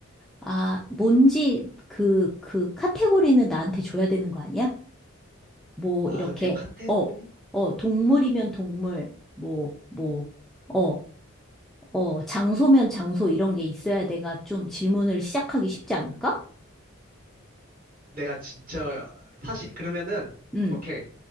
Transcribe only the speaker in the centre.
아, 뭔지 그, 그 카테고리는 나한테 줘야 되는 거 아니야? 뭐,
이렇게,
어, 어, 동물이면 동물, 뭐, 뭐, 어. 어, 장소면 장소 이런 게 있어야 내가 좀 질문을 시작하기 쉽지 않을까?
응,